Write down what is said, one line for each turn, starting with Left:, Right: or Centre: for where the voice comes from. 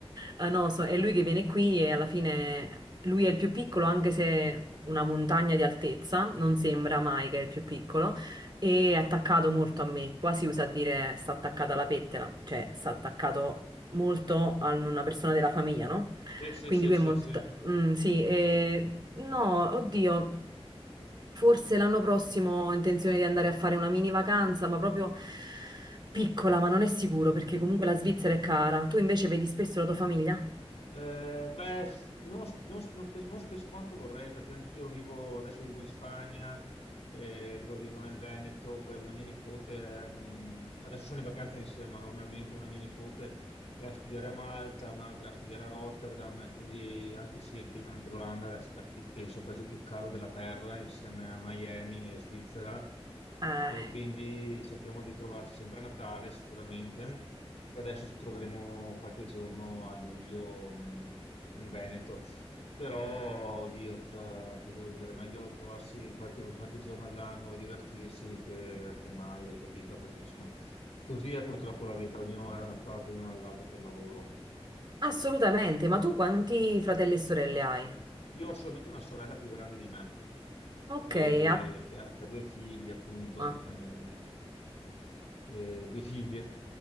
Right: Ah, no, so- è lui che viene qui e alla fine lui è il più piccolo, anche se una montagna di altezza, non sembra mai che è il più piccolo, e è attaccato molto a me. Qua si usa a dire sta attaccato alla pettela, cioè sta attaccato molto a una persona della famiglia, no?
Left: Sì, sì,
Right: Quindi
Left: sì,
Right: lui
Left: sì,
Right: è molto...
Left: sì.
Right: ta- mm, sì, e... no, oddio, forse l'anno prossimo ho intenzione di andare a fare una mini vacanza, ma proprio piccola, ma non è sicuro,
Left: Mm.
Right: perché comunque la Svizzera è cara. Tu invece vedi spesso la tua famiglia?
Left: Eh, beh, non, non- non pe- non spesso quanto vorrei, perché anch'io vivo, adesso vivo in Spagna, eh, loro vivono nel Veneto, poi una mia nipote, è, mm, adesso sono in vacanza insieme, ma normalmente una mia nipote e a studiare a Malta, un'altra a studiare a Rotterdam, e quindi anche, sì, anche, anche l'Olanda è la città, pi- penso, il paese più caro della terra, insieme a Miami e Svizzera.
Right: Eh.
Left: E quindi cerchiamo di trovarci sempre a Natale, sicuramente. E adesso ci troveremo qualche giorno a luglio mh, in Veneto. Però, oddio, cosa ti devo dire? Meglio trovarsi qualche, qualche giorno all'anno e divertirsi che, che mai, hai capito? Perché insomma Così è purtroppo la vita, ognuno va da una parte, ognuno dall'altra per lavoro.
Right: Assolutamente, ma tu quanti fratelli e sorelle hai?
Left: Io ho solamente una sorella più grande di me,
Right: Ok,
Left: eh,
Right: a...
Left: che ha, che ha due figli, appunto,
Right: ah,
Left: eh, eh, due figlie